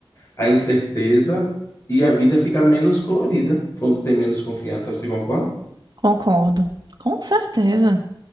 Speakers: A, on the left (about 35°); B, on the right (about 50°).
A: a incerteza e a vida fica menos colorida quando tem menos confiança. Você concorda?
B: Concordo. Com certeza.